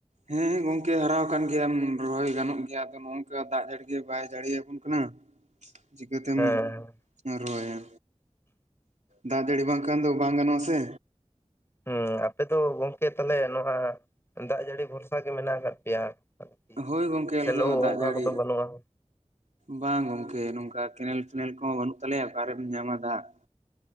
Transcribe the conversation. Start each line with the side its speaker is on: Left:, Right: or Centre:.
Right: ᱦᱮᱸ ᱜᱚᱝᱠᱮ ᱦᱟᱨᱟᱣ ᱠᱟᱱ ᱜᱮᱭᱟᱢ ᱨᱚᱦᱚᱭ ᱜᱟᱱᱚᱜ ᱜᱮᱭᱟ ᱟᱫᱚ ᱱᱚᱜᱝᱠᱟ ᱫᱟᱜ ᱡᱟᱹᱲᱤ ᱜᱮ ᱵᱟᱭ ᱡᱟᱲᱮᱭᱟᱵᱚᱱ ᱠᱟᱱᱟ᱾ ᱪᱤᱠᱟᱹ ᱛᱮᱢ
Left: ᱦᱮᱸ
Right: ᱨᱚᱦᱚᱭᱟ, ᱫᱟᱜ ᱡᱟᱹᱲᱤ ᱵᱟᱝᱠᱷᱟᱱ ᱫᱚ ᱵᱟᱝ ᱜᱟᱱᱚᱜᱼᱟ ᱥᱮ
Left: ᱦᱩᱸ ᱟᱯᱮ ᱫᱚ ᱜᱚᱝᱠᱮ ᱛᱟᱦᱞᱮ ᱱᱚᱣᱟ ᱫᱟᱜ ᱡᱟᱹᱲᱤ ᱵᱷᱚᱨᱥᱟ ᱜᱮ ᱢᱮᱱᱟᱜ ᱟᱠᱟᱫ ᱯᱮᱭᱟ? ᱟᱨᱠᱤ
Right: ᱦᱳᱭ ᱜᱚᱝᱠᱮ
Left: ᱥᱮᱞᱚ
Right: ᱟᱞᱮ ᱫᱚ
Left: ᱚᱱᱠᱟ
Right: ᱫᱟᱜ ᱡᱟᱲᱤ
Left: ᱠᱚᱫᱚ ᱵᱟᱹᱱᱩᱜᱼᱟ
Right: ᱵᱟᱝ ᱜᱚᱝᱠᱮ ᱱᱚᱝᱠᱟ ᱠᱮᱱᱮᱞ-ᱴᱷᱮᱱᱮᱞ ᱠᱚ ᱦᱚᱸ ᱵᱟᱹᱱᱩᱜ ᱛᱟᱞᱮᱭᱟ ᱚᱠᱟᱨᱮᱢ ᱧᱟᱢᱟ ᱫᱟᱜ᱾ <unintelligible>